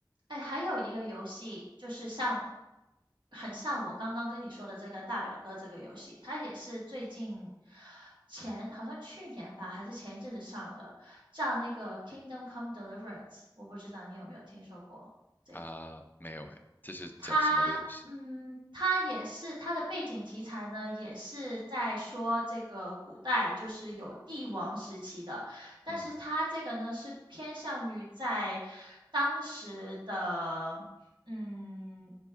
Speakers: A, on the right; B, on the left.
A: 哎，还有一个游戏就是像，很像我刚刚跟你说的这个大表哥这个游戏，它也是最近前好像去年吧，还是前一阵子上的，叫那个《Kingdom Come Deliverance》，我不知道你有没有听说过这个。
B: 啊，没有哎，这是讲什么的游戏？
A: 他嗯，他也是他的背景题材呢，也是在说这个古代就是有帝王时期的，但是他这个呢是偏向于在
B: 嗯
A: 当时的嗯